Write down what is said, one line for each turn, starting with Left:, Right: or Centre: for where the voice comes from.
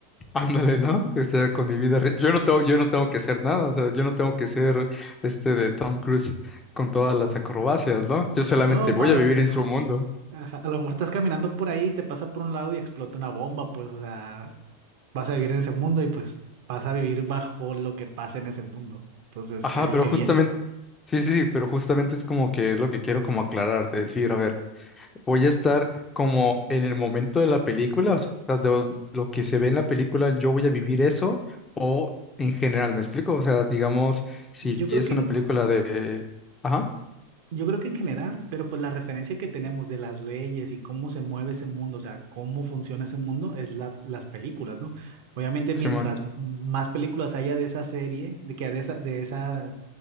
Left: Ándale, ¿no? O sea, con mi vida, re- yo no tengo, yo no tengo que hacer nada, o sea, yo no tengo que ser este de Tom Cruise con todas las acrobacias, ¿no? Yo solamente
Right: No,
Left: voy
Right: a lo,
Left: a vivir en su mundo.
Right: ajá, a lo mejor estás caminando por ahí, te pasa por un lado y explota una bomba, pues, o sea, vas a vivir en ese mundo y pues vas a vivir bajo lo que pasa en ese mundo. Entonces,
Left: Ajá,
Right: elige
Left: pero justamente,
Right: bien.
Left: sí, sí, sí, pero justamente es como que es lo que quiero como aclarar, de decir, a ver, voy a estar como en el momento de la película, o sea, de lo que se ve en la película, yo voy a vivir eso, o en general, ¿me explico? O sea, digamos, si
Right: Yo
Left: es
Right: creo que
Left: una
Right: en-
Left: película de, ajá,
Right: Yo creo que en general, pero pues la referencia que tenemos de las leyes y cómo se mueve ese mundo, o sea, cómo funciona ese mundo, es la, las películas, ¿no? Obviamente, mientras
Left: Simón,
Right: m- más películas haya de esa serie, de que de esa, de esa,